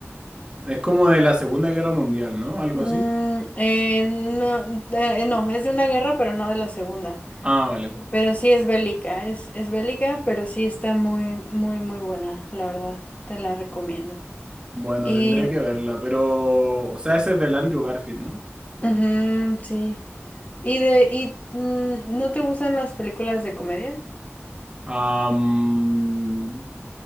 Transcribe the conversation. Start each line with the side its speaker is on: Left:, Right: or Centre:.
Right: Es como de la Segunda Guerra Mundial, ¿no? Algo
Left: Mm,
Right: así.
Left: eh, no, eh, no, es de una guerra, pero no de la segunda.
Right: Ah, vale.
Left: Pero sí es bélica, es, es bélica, pero sí está muy, muy, muy buena, la verdad. Te la recomiendo.
Right: Bueno,
Left: Y,
Right: tendré que verla, pero, o sea, ese es del Andrew Garfield, ¿no?
Left: ujú, sí. Y de, y, mm, ¿no te gustan las películas de comedia?
Right: Am,